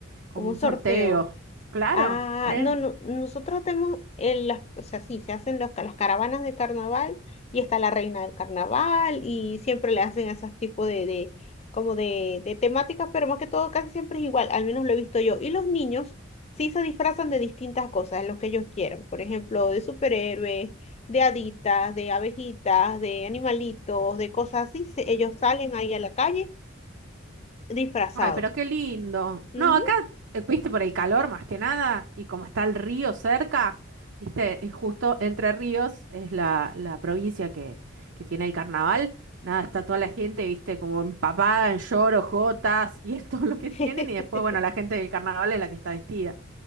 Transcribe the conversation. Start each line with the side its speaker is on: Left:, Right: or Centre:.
Right: como
Left: Como un
Right: un
Left: sorteo.
Right: sorteo. Claro.
Left: Ah,
Right: sí.
Left: no, no, nosotros tenemos, el- las, o sea, sí, se hacen los, ca- las caravanas de carnaval y está la reina del carnaval y siempre le hacen esos tipos de, de, como de, de temáticas, pero más que todo casi siempre es igual, al menos lo he visto yo. Y los niños sí se disfrazan de distintas cosas, los que ellos quieren, por ejemplo, de superhéroes, de haditas, de abejitas, de animalitos, de cosas así, se- ellos salen ahí a la calle disfrazados.
Right: Ay, pero qué lindo.
Left: Ujú.
Right: No, acá, eh, viste, por el calor más que nada, y como está el río cerca, viste, es justo Entre Ríos es la, la provincia que, que tiene el carnaval. Nada, está toda la gente, viste, como empapada en lloros, jotas, <laughs> y es todo lo que
Left: <laughs>
Right: tienen, y después, bueno, la gente del carnaval es la que está vestida.